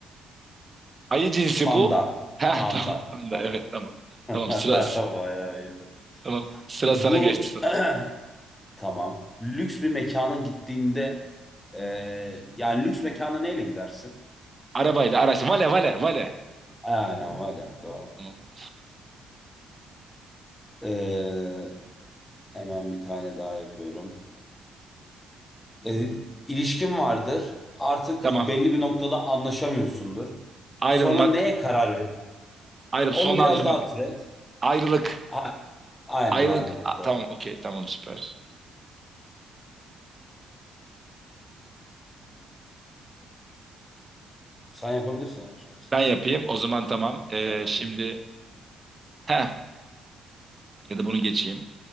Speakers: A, on the right; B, on the left.
A: Ayı cinsi
B: Panda,
A: bu. Ha
B: panda,
A: <laughs> tamam. Tamam
B: panda.
A: da, Evet tamam.
B: <laughs>
A: Tamam sıra
B: Bayağı iyiydi.
A: Tamam. Sıra
B: Bu
A: sana geçti sanırım.
B: <clears throat> Tamam. Lüks bir mekana gittiğinde eee, yani lüks mekana neyle gidersin?
A: Arabayla araç. Vale vale vale.
B: Aynen öyle. Doğru.
A: Tamam.
B: Eee, hemen bir tane daha yapıyorum. Eee ilişkin vardır. Artık
A: Tamam.
B: belli bir noktada anlaşamıyorsundur.
A: Ayrılmak.
B: Sonra neye karar ver?
A: Ayrılıp
B: E, Onu
A: sonlandırmak.
B: biraz daha türet.
A: Ayrılık.
B: A- aynen
A: Ayrılık.
B: ayrılık
A: A-
B: doğru.
A: Tamam okey tamam süper.
B: Sen yapabilirsin yani şu an istersen.
A: Ben yapayım o zaman tamam. Ee,
B: Tamam.
A: şimdi heh, ya da bunu geçeyim.